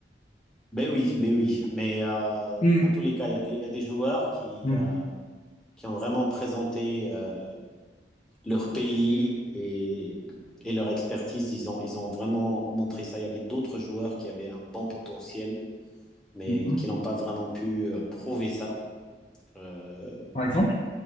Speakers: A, in the centre; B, on the left.
A: Ben oui, ben oui. Mais euh,
B: Hmm.
A: en tous les cas, il y a des, il y a des joueurs qui,
B: Mhm,
A: euh, qui ont vraiment présenté euh, leur pays et, et, leur expertise. Ils ont, ils ont vraiment montré ça. Il y avait d'autres joueurs qui avaient un bon potentiel, mais
B: mhm.
A: qui n'ont pas vraiment pu euh, prouver ça. Euh,
B: Par exemple?